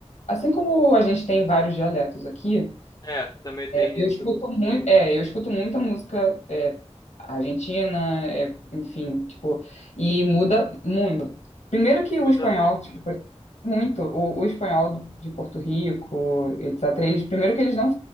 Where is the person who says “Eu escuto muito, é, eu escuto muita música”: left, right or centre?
Left